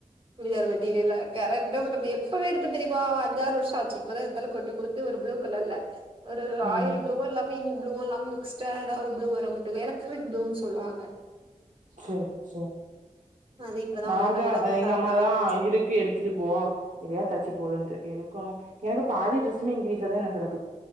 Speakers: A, on the right; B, on the right.
A: சுடிதார் மெட்டிரியல்ல வேற என்ன பண்றது எப்பவே எடுத்தே தெரியுமா அஞ்சாறு வருஷொ ஆச்சு இப்பதா இருந்தாலு கொண்டு குடுத் து ஒரு ப்ளூ கலர்ல ஒரு ராயல்
B: ம்
A: ப்ளுவு இல்லாம இந் ப்ளுவு இல்லாம மிக்ஸ்டெடா ஒரு ப்ளூ த வந்துட்டு எலக்ட்ரிக் ப்ளூ சொல்லுவாங்க
B: சே சே
A: அது இப்பதா
B: நா
A: அவளுக்கு
B: தா
A: அதனால
B: அ
A: ஒரு ஃப்ராக்காவே
B: எங்க அம்மாதா
A: தச்ச
B: இரு க்கு எடுத்துட்டு போ எதையா தச்சு போடுன்டு எடுக்கணு எனக்கு பாதி டிரெஸ்ஸுமே எங்க வீட்ல தா எனக் கடக்